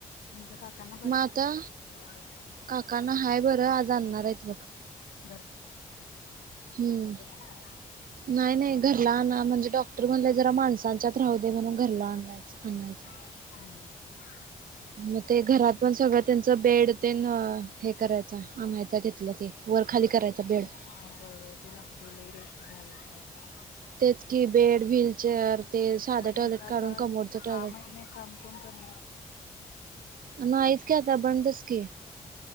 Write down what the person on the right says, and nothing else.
मग आता काकांना आज आणणार आहेत बघ
हम्
नाही नाही घरला आण म्हणजे डॉक्टर म्हणले जरा माणसांच्यात राहूदेत. ते म्हणून घरला आणय आणायच.
मग ते घरात पण सगळं तेंचं बेड तेन हे करायच आनायचा हाय तिथलं ते वर खाली करायचा बेड
तेच कि बेड व्हीलचेअर ते साधं
टॉयलेट
काढून कमोडचं
टॉयलेट
नाहीच कि आता बंदच की